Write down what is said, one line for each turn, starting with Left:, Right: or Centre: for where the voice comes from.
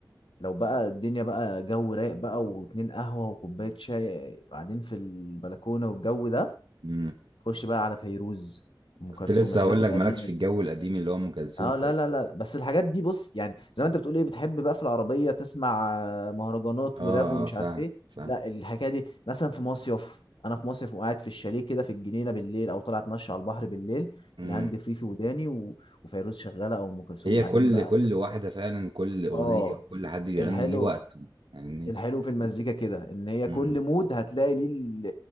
Left: لو بقى الدنيا بقى جو رايق بقى واتنين قهوه وكوبايه شاي قاعدين في البلكونه والجو ده
Right: امم
Left: خش بقى على فيروز ام كلثوم
Right: كنت لسه
Left: الحاجات
Right: هقول
Left: القديمه
Right: لك مالكش في
Left: دي
Right: الجو القديم اللي هو ام كلثوم
Left: اه لا لا لا بس الحاجات دي بص يعني زي ما انت بتقول ايه بتحب بقى في العربيه تسمع آه، مهرجانات
Right: اه
Left: وراب ومش
Right: اه فاهم
Left: عارف ايه
Right: فاهم
Left: لا الحكايه دي مثلا في مصيف انا في مصيف وقاعد في الشاليه كده في الجنينه بالليل او طلعت اتمشى على البحر بالليل
Right: امم
Left: الهاند فري في وداني و... وفيروز شغاله او ام كلثوم
Right: هي
Left: قاعدين
Right: كل
Left: بقى
Right: كل واحدة فعلا كل أغنية
Left: اه
Right: وكل حد بيغني
Left: الحلو
Right: ليه وقته يعني
Left: الحلو في المزيكا كده ان هي
Right: امم
Left: كل مود هتلاقي ليه ال-